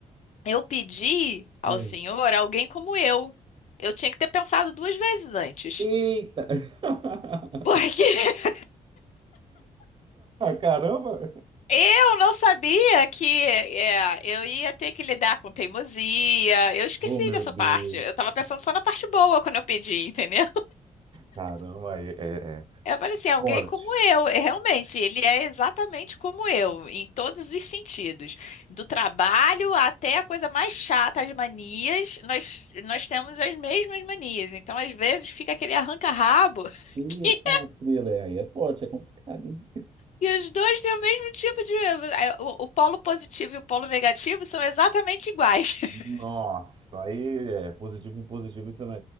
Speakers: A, on the left; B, on the right.
A: eu pedi ao
B: Hum.
A: Senhor alguém como eu. Eu tinha que ter pensado duas vezes antes.
B: Eita! <laughs>
A: Porque <laughs>
B: Caramba!
A: eu não sabia que é, eu ia ter que lidar com teimosia. Eu esqueci
B: Oh, meu
A: dessa
B: Deus!
A: parte. Eu tava pensando só na parte boa quando eu pedi, entendeu?
B: Caramba, aí é, é
A: Eu falei assim, alguém
B: forte.
A: como eu, e realmente, ele é exatamente como eu, em todos os sentidos, do trabalho até a coisa mais chata, as manias, nós, nós temos as mesmas manias, então às vezes fica aquele arranca-rabo <laughs>
B: Eita,
A: que
B: frila, é aí é forte, é complicado, hein?
A: e os dois têm o mesmo tipo de... é, O, o polo positivo e o polo negativo são exatamente iguais. <laughs>
B: Nossa, aí é positivo com positivo, isso não-